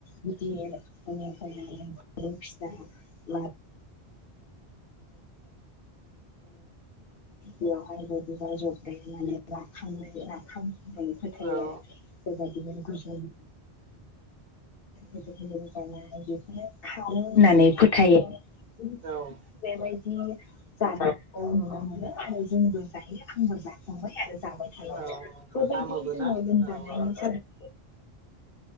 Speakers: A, on the left; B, on the right.
A: गिदिर बिदि फिसा <inaudible> बेयावहाय <unintelligible> राखां राखां जायो। फोथायो
B: औ
A: आरो बेबादिनो गोजोन बेखौनो खारै होननानै फोथायो। दिनैसिमबो
B: औ।
A: बेबायदि जानायखौ नुनो मोनो आरो जोंबो जायो आंबो जाखांबाय आरो जाबाय थायो आरो।
B: औ
A: बेबायदि
B: हामोबो
A: जोङो
B: ना
A: लोमजानाय
B: औ
A: साजानाय